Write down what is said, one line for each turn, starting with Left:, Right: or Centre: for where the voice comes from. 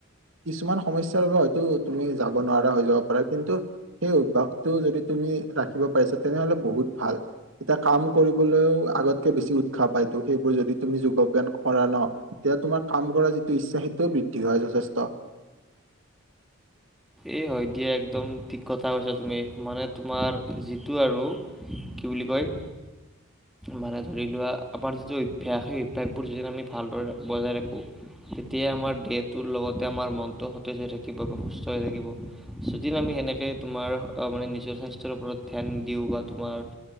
Right: কিছুমান সমস্যাৰ বাবে হয়তো তুমি যাব নোৱাৰা হৈ যাব পাৰা কিন্তু সেই অভ্যয়াসটো যদি তুমি ৰাখিব পাৰিছা তেনেহলে বহুত ভাল এতিয়া কাম কৰিবলৈও আগত কে বেছি উৎসাহ পাইতো সেইবোৰ যদি তুমি যোগ ব্যায়াম কৰা ন তেতিয়া তোমাৰ কাম কৰা যিটো ইচ্ছা সেটো <unintelligible> চেষ্টা
Centre: এই হয় দিয়া একদম ঠিক কথা কৈছা তুমি মানে তোমাৰ যিটো আৰু কি কয়
Right: <unintelligible>
Centre: মানে ধৰি লোৱা আমাৰ যিটো অভ্যাস সেই অভ্যাসবোৰ যদি আমি ভালদৰে বজাই ৰাখো তেতিয়াাই আমাৰ দেহটোৰ লগতে আমাৰ মনতো সতেজ হৈ থাকিব বাবে সুস্থ কষ্টয়ে থাকিব যদি আমি সেনেকে তোমাৰ মানে নিজৰ স্বাস্থ্যৰ ওপৰত ধ্যান দিওঁ বা তোমাৰ